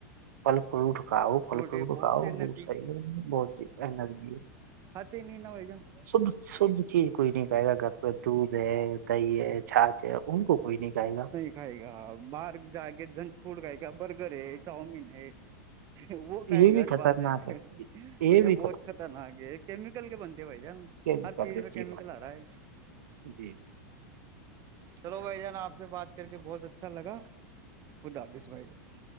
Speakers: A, on the right (about 75°); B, on the right (about 35°).
A: پھل فروٹ کھاؤ پھل فروٹ
B: ہے بہت
A: کھاؤ
B: سی انرجی
A: وہ صحیح ہے بہت انرجی ہے
B: ہات ن نو جا <inaudible>
A: شدھ شدھ چیز کوئی نہیں کہے گا گھر پہ دودھ ہے دہی ہے چھاچ ہے ان کو کوئی نہیں کہے گا
B: کھایےگا باہر جا کے جنک فوڈ کھایےگا برگر ہے چاؤمین ہے وہ کھایےگا
A: یہ بھی خطرناک
B: باہر جا کے
A: ہے
B: یہ
A: بھی
B: بہت خطرناک ہے کیمیکل کے بنتے ہیں بھائی جان
A: کیا بھی
B: ہر
A: کر
B: چیز
A: کے
B: میں کیمییکل
A: جی بھائی
B: آ رہا ہے
A: جی
B: چلو بھائی جان آپ سے بات کر کے بہت اچھا لگا خدا حافظ بھائی جان